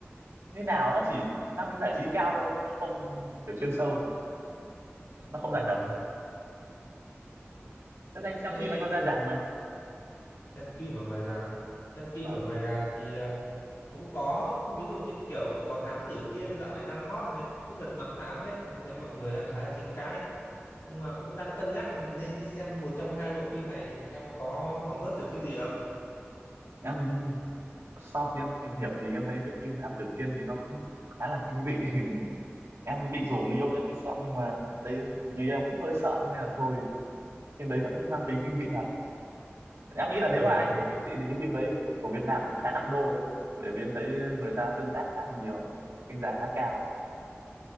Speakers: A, on the right (about 80°); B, on the left (about 80°).
A: như nào nó chỉ mang tính giải trí cao thôi chứ nó không kiểu chuyên sâu nó
B: Ừm.
A: không giải tập thế anh xem
B: Thế
A: phim anh có ra rạp không anh
B: xem phim ở ngoài rạp à? Xem phim
A: vâng
B: ở ngoài rạp thì ừm, cũng có ví dụ như kiểu có Thám Tử Kiên dạo này đang hot này, với Lật Mặt Tám đấy, anh thấy mọi người đang khá là tranh cãi. Nhưng mà cũng đang cân nhắc là nên đi xem một trong hai bộ phim này thì em có hóng hớt được cái gì không?
A: em sau khi em tìm hiểu thì em thấy cái phim Thám Tử Kiên thì nó cũng khá là kinh dị <laughs> em định rủ người yêu đi em đi xem nhưng mà em thấy người yêu em cũng hơi sợ thế nên là thôi phim đấy nó cũng mang tính kinh dị thật em nghĩ là
B: Ừ.
A: nếu mà anh thích kinh dị thì cái phim đấy của Việt Nam cũng khá nặng đô đấy bởi vì em thấy người ta tương tác khá là nhiều đánh giá khá cao